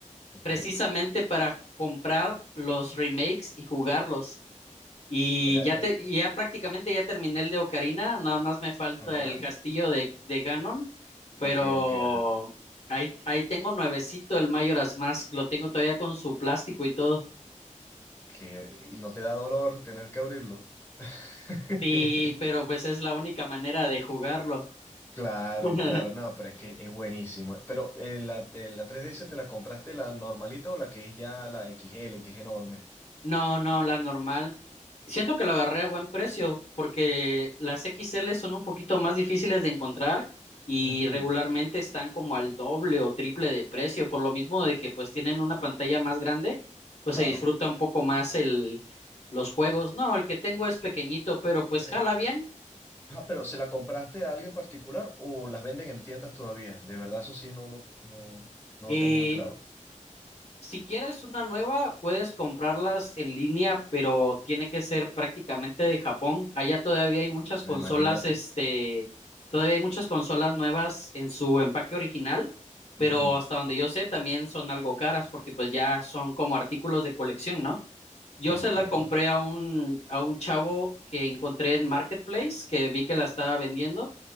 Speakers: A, on the left; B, on the left.
A: Ok.
B: precisamente para ju- comprar los remakes y jugarlos. Y
A: Era,
B: ya
A: eh,
B: te, ya
A: eh,
B: prácticamente ya terminé el de Ocarina, nada más me falta
A: ajá.
B: el castillo de, de Ganon, pero
A: Ok, ok, ajá.
B: ahí, ahí tengo nuevecito el Majora's Mask, lo tengo todavía con su plástico y todo.
A: que, y no te da dolor tener que abrirlo. <laughs>
B: Sí, pero pues es la única manera de jugarlo.
A: Claro,
B: <laughs>
A: claro, no, pero es que es buenísimo. Pero eh, la, eh, la 3DS te la compraste la normalita o la que es ya la X L que es enorme.
B: No, no, la normal. Siento que lo agarré a buen precio porque las XL son un poquito más difíciles de encontrar y
A: Ujú,
B: regularmente están como al doble o triple de precio, por lo mismo de que pues tienen una pantalla más grande, pues
A: claro.
B: se disfruta un poco más el los juegos. No, el que tengo es pequeñito, pero pues
A: Oh,
B: jala bien.
A: Ah, pero ¿se la compraste a alguien particular o las venden en tiendas todavía? De verdad, eso sí no lo, no, no
B: Eh,
A: lo tengo muy claro.
B: Si quieres una nueva, puedes comprarlas en línea, pero tiene que ser prácticamente de Japón. Allá todavía hay muchas consolas,
A: Imagínate.
B: este, todavía hay muchas consolas nuevas en su empaque original, pero
A: Ujú,
B: hasta donde yo sé también son algo caras porque pues ya son como artículos de colección, ¿no? Yo
A: Te entiendo.
B: se la compré a un, a un chavo que encontré en Marketplace, que vi que la estaba vendiendo.